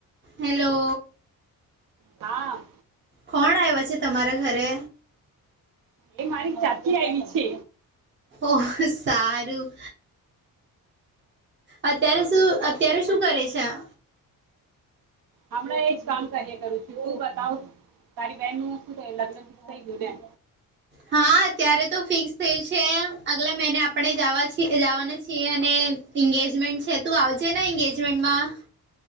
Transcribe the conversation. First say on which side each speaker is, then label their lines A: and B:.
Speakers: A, on the right (about 30°); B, on the right (about 65°).
A: હેલો
B: હા
A: કોણ આવ્યા છે તમારા ઘરે?
B: એ મારી ચાચી આયવી છે.
A: ઓહ સારું. અત્યારે શું અત્યારે શું કરે છે આ?
B: હમણાં એજ કામ કર્યા કરું છું તું બતાવ. તારી બહેનનું શું થયું લગ્નનું તો થઈ ગયું ને?
A: હા અત્યારે તો ફિક્સ થયું છે અગલે મહિને આપ આપણે જાવા છીએ જાવાના છીએ અને ઈગેજમેન્ટ છે તું આવજે ને એંગેજમેન્ટમાં.